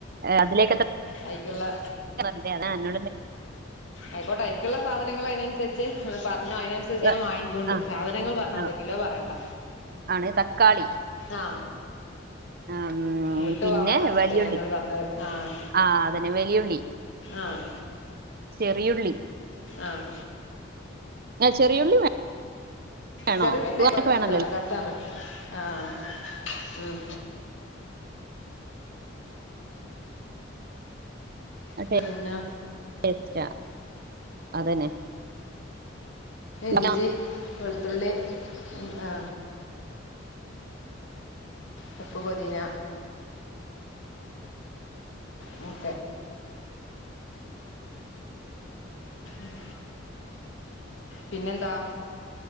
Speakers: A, on the right; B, on the left.
A: അതിലേക്ക
B: അഐക്ക്ള്ളേ
A: <unintelligible>
B: ആയിക്കോട്ടെ അയ്ക്ക്ള്ളെ സാധനങ്ങൾ അയ്നൻസരിച്ച് ഒന്ന് പറഞ്ഞു അയിന് ഞാൻ
A: ഏ,
B: വാങ്ങിക്കോണ്ട്
A: ആ
B: സാധനങ്ങൾ പറഞ്ഞാൽ
A: ആ
B: മതി കിലോ പറയണ്ട
A: ആണ് തക്കാളി
B: ആ
A: ഉം,
B: വിട്ടു
A: പിന്നെ
B: പോവണ്ടാ ചിറ്റേ
A: വലിയുള്ളി
B: ഞാഎന്നോട് പറഞ്ഞത് ആഹ്
A: ആ അതന്നെ വലിയുള്ളി
B: ആഹ്
A: ചെറിയുള്ളി
B: ആഹ്
A: ആ ചെറിയുള്ളി വേണോ
B: ചെറിയുള്ളി ഇണ്ടായിക്കോട്ടെ
A: തൂവാനൊക്കെ
B: ലെ
A: വേണമല്ലോ
B: രസാണ് രസാണ് ആഹ് ഉം
A: <unintelligible>
B: പിന്നെ
A: അതന്നെ പിന്നെ
B: ഇഞ്ചി വെളുത്തുള്ളി ആ ചപ്പ് പൊതീന ഉം ഉം പിന്നെന്താ